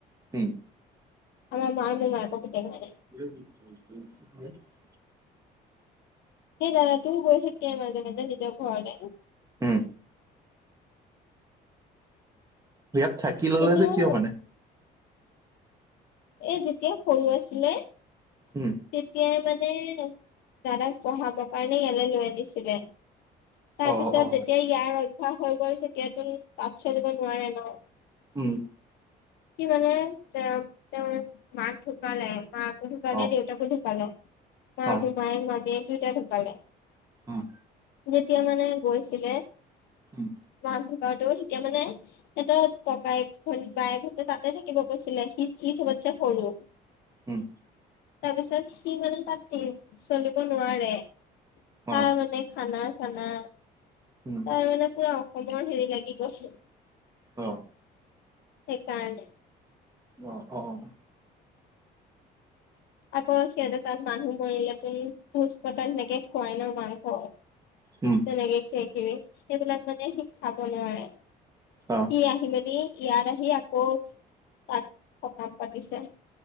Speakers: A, on the right (about 20°); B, on the left (about 80°).
A: উম
B: আমাৰ মাৰ মোমায়েকৰ পিটেক হয়
A: <unintelligible>
B: সেই দাদা তোৰ গৈ থাকি মাজে মাজে নিজৰ ঘৰলে।
A: হম ইয়াত থাকি ললে
B: কিন্তু
A: যে কিয় মানে?
B: এ যেতিয়া সৰু আছিলে
A: হম
B: তেতিয়াই মানে দাদাক পঢ়াবৰ কাৰণে ইয়ালৈ লৈ আনিছিলে। তাৰপিছত
A: অ অ
B: যেতিয়া ইয়াৰ অভ্্যাস হৈ গল তেতিয়াতো তাত চলিব নোৱাৰে ন!
A: উম।
B: কি মানে এ তেওঁ মাক ঢুকালে মাক ঢুকালে
A: অ
B: দেউতাকো ঢুকালে, মা
A: অ
B: মোমায়েক মামীয়েক দুটা ঢুকালে।
A: উম
B: যেতিয়া মানে গৈছিলে
A: উম
B: মান গৱতেও তেতিয়া মানে এটা ককাই বায়েকঁতে তাতে থাকিব কৈছিলে সি সি চবতছে‌ সৰু।
A: উম
B: তাৰপিছত সি মানে তাত চলিব নোৱাৰে তাৰ
A: অ
B: মানে খানা চানা
A: উম
B: তাৰ মানে পুৰা অসমৰ হেৰি লাগি গৈছে?
A: অ'।
B: সেইকাৰণে
A: অ', অ', অ'।
B: আকৌ সিহঁতৰ তাত মানুহ মৰিলে কো পোজ পতাল সেনেকে খুৱাই ন' মাংস
A: উম
B: তেনেকে <unintelligible> সেইবিলাক মানে সি খাব নোৱাৰে সি
A: অ
B: আহি মেলি ইয়াত আহি আকৌ তাত সকাম পাতিছে।